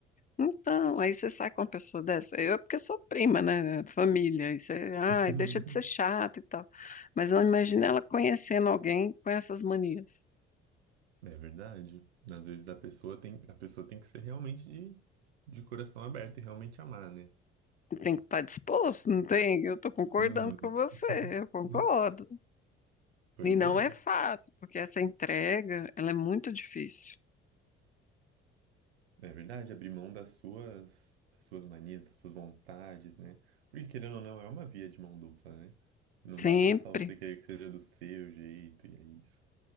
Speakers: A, on the left; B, on the right.
A: Então, aí você sai com uma pessoa dessa. Eu é porque eu sou prima, né? Família. Isso é, ai,
B: <laughs>
A: deixa de ser chato e tal. Mas eu imagino ela conhecendo alguém com essas manias.
B: É verdade. Às vezes a pessoa tem, a pessoa tem que ser realmente de, de coração aberto e realmente amar, né?
A: Tem que estar disposto, não tem? Eu estou concordando
B: Uhum.
A: com você,
B: <laughs>
A: eu concordo.
B: Pois
A: E não
B: é.
A: é fácil, porque essa entrega, ela é muito difícil.
B: É verdade, abrir mão das suas, das suas manias, das suas vontades, né? Porque querendo ou não, é uma via de mão dupla, né? Não
A: Sempre.
B: basta só você querer que seja do seu jeito e é isso.